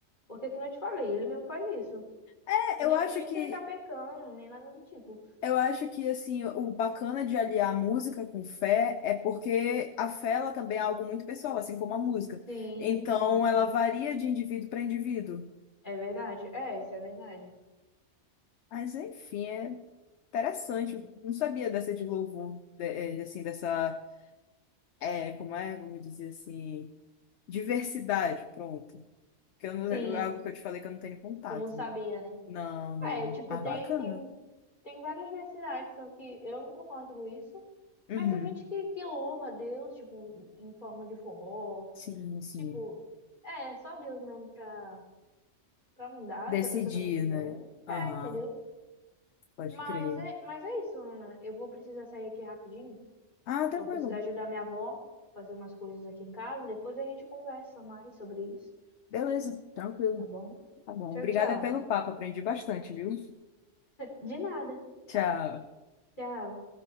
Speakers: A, on the left; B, on the left.
A: porque que eu te falei, ele mesmo faz isso.
B: É,
A: E
B: eu
A: nem
B: acho
A: por isso
B: que
A: ele tá pecando, nem nada do tipo.
B: Eu acho que assim, o bacana de aliar música com fé é porque a fé ela também é algo muito pessoal, assim como a música.
A: Sim,
B: Então,
A: sim.
B: ela varia de indivíduo para indivíduo.
A: É verdade. É, isso é verdade.
B: Mas enfim, é interessante. Eu não sabia dessa de louvor, de- eh, assim, dessa, é, como é, vamos dizer assim, diversidade, pronto. Porque eu não,
A: Sim,
B: é algo que eu te falei que eu não tenho contato,
A: tu não sabia,
B: né?
A: né?
B: Não, não.
A: É, tipo,
B: Mas
A: tem,
B: bacana.
A: tem, tem várias diversidades, só que eu não concordo com isso.
B: Uhum.
A: Mas tem gente que, que louva a Deus, tipo, em forma de forró
B: Sim, sim.
A: Tipo, é é só Deus mesmo pra, pra mudar,
B: Decidir,
A: se a pessoa também quiser.
B: né? Aham.
A: É, entendeu?
B: Pode
A: Mas
B: crer.
A: é, mas é isso, Ana. Eu vou precisar sair aqui rapidinho.
B: Ah, tranquilo.
A: Eu vou precisar ajudar minha avó a fazer umas coisas aqui em casa. Depois a gente conversa mais sobre isso,
B: Beleza, tranquilo.
A: tá bom?
B: Tá bom.
A: Tchau,
B: Obrigada
A: tchau.
B: pelo papo, aprendi bastante, viu?
A: De nada.
B: Tchau.
A: Tchau.